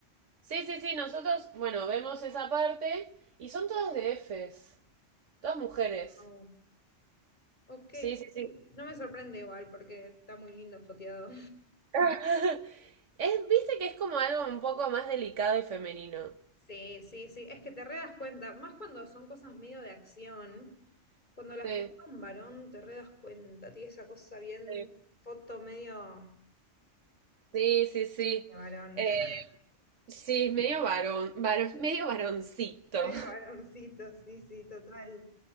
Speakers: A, on the right; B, on the left.
A: sí, sí, sí, nosotros, bueno, vemos esa parte y son todas de Fs, todas mujeres.
B: Wow. Ok,
A: Sí, sí,
B: sí,
A: sí.
B: no me sorprende igual porque está muy lindo foteado.
A: <laughs> Es, viste que es como algo un poco más delicado y femenino.
B: Sí, sí, sí, es que te re das cuenta, más cuando son cosas medio de acción, cuando las
A: Sí,
B: foto un varón te re das cuenta, tiene esa cosa bien
A: sí.
B: de foto medio
A: Sí, sí, sí.
B: de varón,
A: Eh,
B: <laughs>
A: sí, es medio varón, varón- medio varoncito.
B: medio varoncito, sí, sí, total.